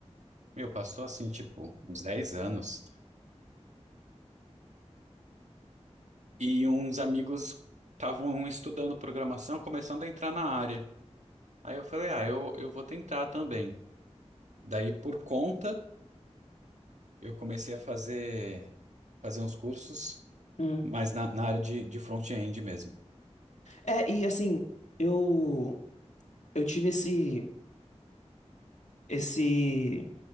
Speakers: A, on the right; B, on the left.
A: meu, passou assim, tipo, uns 10 anos, e uns amigos estavam estudando programação, começando a entrar na área. Aí eu falei, ah, eu, eu vou tentar também. Daí, por conta, eu comecei a fazer, fazer uns cursos,
B: Hum.
A: mas na, na área de, de front-end mesmo.
B: É, e assim, eu eu tive esse esse